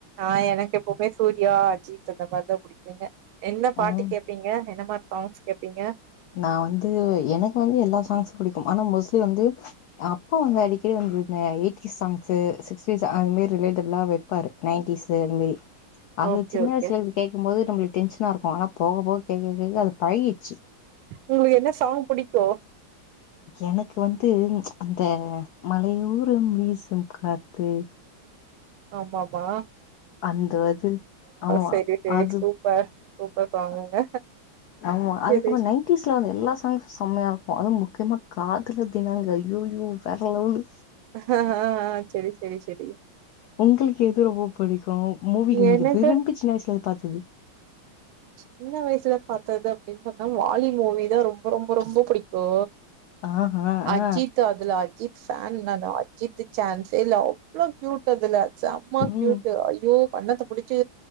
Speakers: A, on the right (about 85°); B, on the left (about 85°).
A: ஆ எனக்கு எப்பவுமே சூர்யா ஜீத் அந்த மாரிதா புடிக்குங்க என்ன பாட்டு
B: ஆ
A: கேப்பீங்க என்ன மா சாங்ஸ் கேப்பீங்க
B: நா வந்து எனக்கு வந்து எல்லா சாங்ஸ் பிடிக்கும் ஆனா மோஸ்ட்லி வந்து அப்பா அங்க அடிக்கடி வந்து இந்த எயிட்டி சாங்ஸு சிக்டிஸ் அது மாி ரிலேட்டபில்லா வெப்பாரு நைன்டிஸ் அது மாரி அது
A: ஓகே
B: சின்ன
A: ஓகே
B: வயசுல கேக்க போது நம்மளுக்கு டென்ஷனா இருக்கு ஆனா போக போக கேக்க கேக்க அது பழகிடுச்சு
A: உங்களுக்கு என்ன சாங் பிடிக்கு
B: எனக்கு வந்து அந்த மலையூரும் வீசும் காத்து
A: ஆம ஆமா
B: அந்த அது ஆமா
A: செரி செரி
B: அது
A: சூப்பர் சூப்பர் சாங்குங்க
B: அ ஆமா அதுக்கப்புற
A: செரி
B: நைன்டிஸ்ல வந்த எல்லா சாங்சு செம்மையா இருக்கு அதுவு முக்கியமா காதலர் தினாங்க ஐயோயோ வேர லெவலு
A: ஆஹ்ஹ ஆஹ் ஆஹ் சரி சரி சரி
B: உங்களுக்கு எது ரொம்ப பிடிக்கு மூவி நீங்க
A: எனக்கு
B: விரும்பி சின்ன வயசுல பாத்தது
A: சின்ன வயசுல பாத்தது அப்டின்னு சொன்னா வாலி மூவிதா ரொம்ப ரொம்ப ரொம்ப புடிக் கூ
B: ஆஹா
A: அஜித்
B: ஆ
A: அதுல அஜித் ஃபேன் நானு அஜித்துக் சான்ஸ் தெர்ல அவ்ளோ க்யூட் அதுல செம்மா க்யூட்
B: ம்.
A: ஐயோ கண்ணத்த புடிச்சு